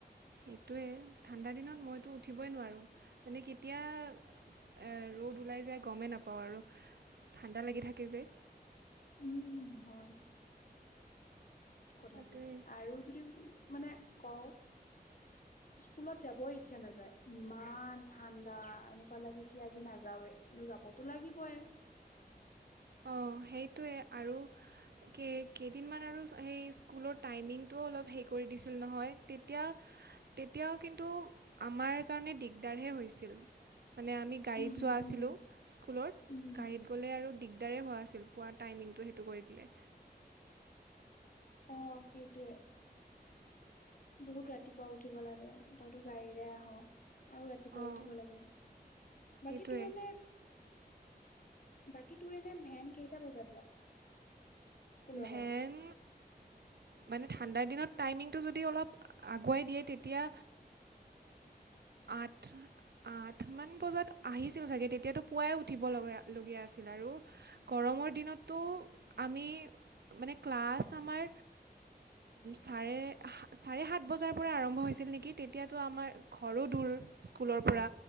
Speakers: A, on the right; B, on the left.
A: সেইটোৱে ঠাণ্ডা দিনত মইতো উঠিবই নোৱাৰোঁ মানে কেতিয়া এ ৰ'দ ওলাই যায় গমেই নাপাওঁ আৰু ঠাণ্ডা লাগি থাকে যে।
B: উম, হয়। কথাটো
A: সেইটোৱে
B: আৰু যদি মানে কওঁ স্কুলত যাবও ইচ্ছা নাযায়। ইমান ঠাণ্ডা, এনেকুৱা লাগে কি আজি নাযাওৱে কিন্তু যাবতো লাগিবই।
A: অঁ', সেইটোৱে আৰু কেই কেইদিনমান আৰু চ সেই স্কুলৰ টাইমিঙটোও অলপ হেৰি কৰি দিছিল নহয় তেতিয়া তেতিয়াও কিন্তু আমাৰ কাৰণে দিগদাৰহে হৈছিল। মানে আমি গাড়ীত
B: উম
A: যোৱা আছিলোঁ
B: উম
A: স্কুলত,
B: উম
A: গাড়ীত গ'লে আৰু দিগদাৰে হোৱা আছি ইল পোৱাৰ টাইমিংটো সেইটো কৰি দিলে।
B: অ', সেইটোৱে। বহুত ৰাতিপুৱা উঠিব লাগে তইতো গাড়ীৰে আহ। আৰু ৰাতিপুৱা
A: অঁ
B: উঠিব লাগে
A: সেইটোৱে
B: বাকী তোৰ এনে বাকী তোৰ এনে ভেন কেইটা বজাত যায়? স্কুলৰ
A: ভেন
B: গাড়ী
A: মানে ঠাণ্ডাৰ দিনত টাইমিংটো যদি অলপ আগুৱাই দিয়ে তেতিয়া আঠ আঠমান বজাত আহিছিল চাগে তেতিয়াতো পুৱাই উঠিব লগা লগীয়া আছিল আৰু। গৰমৰ দিনতো আমি মানে ক্লাছ আমাৰ চাৰে চাৰে সাত বজাৰ পৰা আৰম্ভ হৈছিল নেকি তেতিয়াতো আমাৰ ঘৰো দূৰ স্কুলৰ পৰা